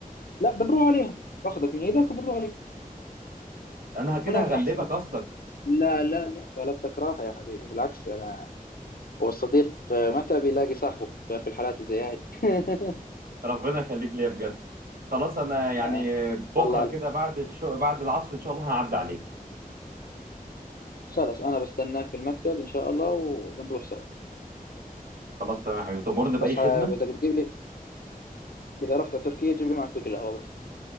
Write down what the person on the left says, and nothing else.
لا بنروح عليهم باخذك من ايدك وبنروح عليهم
هناك
احسن
لا لا لا غلبتك راحه يا حبيبي بالعكس انا هو الصديق آه، متى بيلاقي صاحبه غير في الحالات زي هاي <laughs>
آه.
والله
خلاص انا بستناك في المكتب ان شاء الله وبنروح سوا
بس ه-
بدك تجيب لي اذا رحت على تركيا جيب لي معك بكل قهوة بس